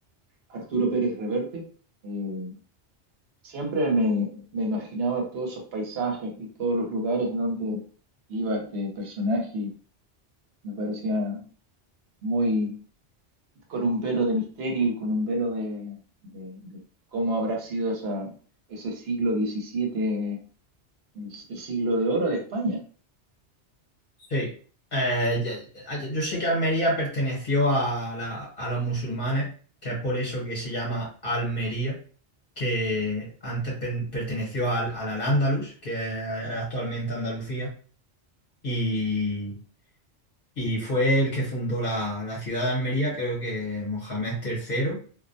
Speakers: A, on the right; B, on the left.
A: Arturo Pérez Reverte, eh, siempre me, me imaginaba todos esos paisajes y todos los lugares donde iba este personaje y me parecía muy con un velo de misterio y con un velo de, de- de cómo habrá sido esa, ese siglo diecisiete el, el siglo de oro de España.
B: Sí. Eh, ya- ya- yo, sé que Almería perteneció a, la- a los musulmanes, que es por eso que se llama Almería, que antes pen- perteneció al, al Al-Ándalus, que es actualmente Andalucía, y Y fue el que fundó la, la ciudad de Almería, creo que Mohamed III.